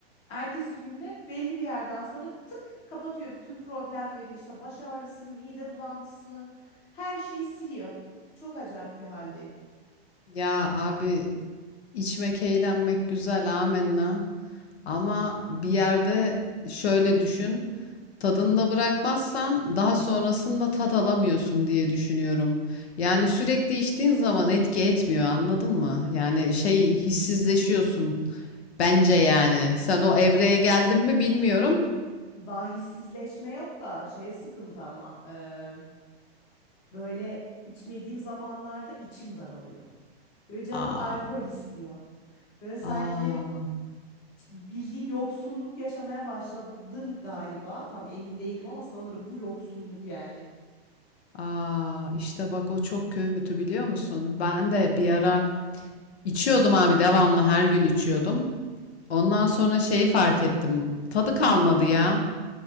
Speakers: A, on the left (about 15°); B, on the left (about 80°).
A: Ertesi günde belli bir yerden sonra tık kapatıyor bütün problemleri işte baş ağrısını, mide bulantısını her şeyi siliyor. Çok acayip bir haldeyim.
B: Ya abi İçmek, eğlenmek güzel, amenna. Ama bir yerde şöyle düşün. Tadında bırakmazsan daha sonrasında tat alamıyorsun diye düşünüyorum. Yani sürekli içtiğin zaman etki etmiyor, anladın mı? Yani şey hissizleşiyorsun. Bence yani. Sen o evreye geldin mi bilmiyorum.
A: Daha hissizleşme yok da şey sıkıntı ama eee, böyle içmediğim zamanlarda içim daralıyor. Böyle canım
B: Aa,
A: alkol istiyor. Böyle sanki
B: aa,
A: bildiğin yoksunluk yaşamaya başladım galiba. Tam emin değilim ama sanırım bu yoksunluk yani.
B: aa. İşte bak o çok kötü biliyor musun? Ben de bir ara içiyordum abi devamlı her gün içiyordum. Ondan sonra şeyi fark ettim. Tadı kalmadı ya.